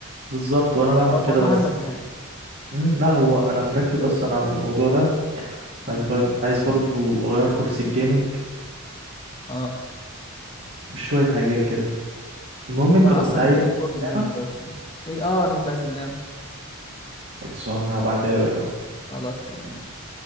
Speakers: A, on the right (about 55°); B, on the left (about 20°).
A: بالظبط وانا بعمل
B: لو
A: كده
B: الموضوع
A: بس
B: همك يعني
A: مم، لا هو انا مركز اصلا على الموضوع ده
B: امم
A: عايز بر... عايز برضو اغير كرسي الجيمنج
B: اه
A: وشوية حاجات كده المهم انت
B: وانا
A: كنت
B: اصلا
A: عايز
B: محتاج الكورس
A: اللعبة
B: جيمنج اصلا ايه اه انا كنت عايز اللاب
A: خلصانه هبعتها لك اهو
B: خلاص تمام ماشي